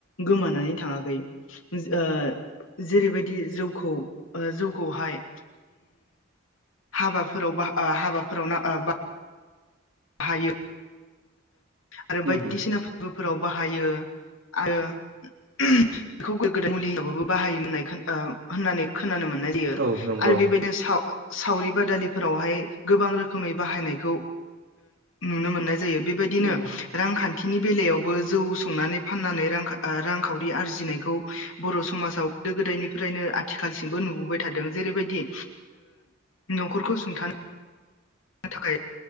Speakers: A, on the left (about 75°); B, on the right (about 65°).
A: गोमानानै थाङाखै जेरैबायदि जौखौ जौखौहाय हाबाफोराव बा हाबाफोराव ना बा बाहायो आरो बायदिसिना
B: उम
A: फोरबोफोराव बाहायो आरो बेखौ गोदान मुलिबो बाहायोमोननाय होननानै खोनानो मोननाय जायो
B: औ नंगौ
A: आरो बेबायदिनो सावरि बाद दालिफोरावहाय गोबां रोखै बाहायनायखौ नुनो मोननाय जायो बेबायदिनो
B: उम
A: रांखान्थि खिनि बेलायावबो जौ संनानै फाननानै रां रांखावरि आरजिनायखौ बर' समाजाव गोदो गोदायनिफ्रायनो आथिखालसिमबो नुबोबाय थादों जेरैबायदि न'खरखौ सुंथानो नो थाखाय